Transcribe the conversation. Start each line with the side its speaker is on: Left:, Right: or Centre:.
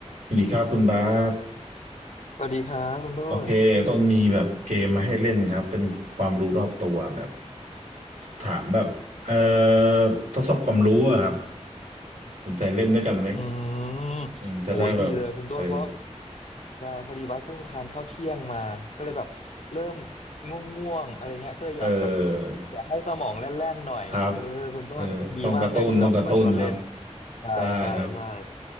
Right: สวัสดีครับคุณบาส
Left: สวัสดีครับคุณต้น
Right: โอเคต้นมีแบบเกมมาให้เล่นครับเป็นความรู้รอบตัวแบบถามแบบเอ่อทดสอบความรู้อะครับสนใจเล่นด้วยกันไหม
Left: อืม
Right: อืมจะได้แบบเออ
Left: โหยดีเลยคุณต้นเพราะได้พอดีบัสเพิ่งทานข้าวเที่ยงมาก็เลยแบบเริ่มง่วงๆอะไรเงี้ยก็เลยอยากแบบ
Right: เออ
Left: อยากให้สมองแล่นๆหน่อยเออคุณต้นดีมากเลยที่แบบมาชวนเล่น
Right: ครับเออต้องกระตุ้นต้องกระตุ้นครับ
Left: ใช่ใช่ใช่
Right: ได้ครับ